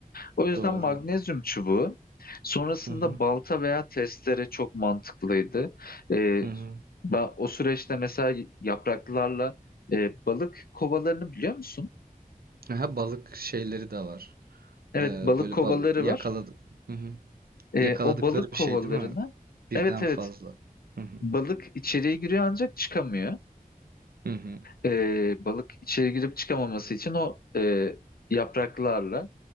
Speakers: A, on the left; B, on the right.
A: O yüzden
B: Doğru.
A: magnezyum çubuğu. Sonrasında
B: Hı hı,
A: balta veya testere çok mantıklıydı. E,
B: hı hı.
A: ben o süreçte mesela yapraklarla e, balık kovalarını biliyor musun?
B: Aha, balık şeyleri de var.
A: Evet,
B: Ee,
A: balık
B: böyle
A: kovaları
B: bal yakaladık
A: var.
B: hı hı.
A: E,
B: Yakaladıkları
A: o balık
B: bir
A: kovalarını,
B: şey değil mi? Birden
A: evet evet,
B: fazla. Hı hı,
A: balık içeriye giriyor ancak çıkamıyor.
B: hı hı,
A: e, balık içeri girip çıkamaması için o e, yapraklarla